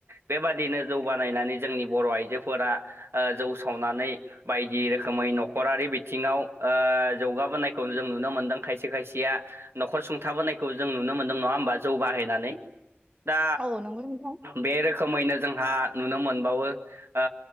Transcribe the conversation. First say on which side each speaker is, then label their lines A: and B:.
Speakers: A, on the right (about 70°); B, on the right (about 25°).
A: बेबादिनो जौ बानायनानै जोंनि बर' आइजोफोरा ओ जौ सावनानै बायदि रोखोमै नखरारि बि थिङाव ओ जौगाबोनायखौ जों नुनो मोनदों खायसे खायसेया नखर सुंथाबोनायखौ जों नुनो मोनदों नंङा होमबा जौ बाहायनानै दा
B: औ नंगौ नोंथां
A: बे रोखोमैनो जोंहा नुनो मोनबावो ओ